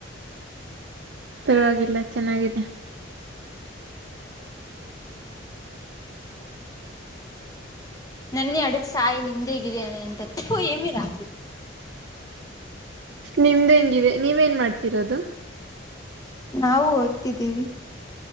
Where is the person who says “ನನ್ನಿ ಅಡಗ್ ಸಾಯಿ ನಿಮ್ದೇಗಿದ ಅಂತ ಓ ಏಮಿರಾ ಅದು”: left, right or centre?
Left